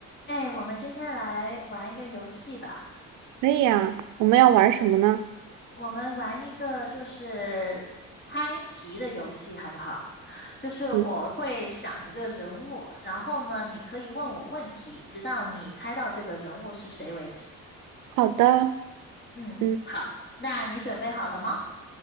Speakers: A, on the left; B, on the right.
A: 哎，我们今天来玩一个游戏吧。
B: 可以呀，我们要玩什么呢？
A: 我们玩一个就是猜题的游戏，好不好？就是我会想一个人物，
B: 嗯，
A: 然后呢，你可以问我问题，直到你猜到这个人物是谁为止。
B: 好的，
A: 嗯，
B: 嗯
A: 好，那你准备好了吗？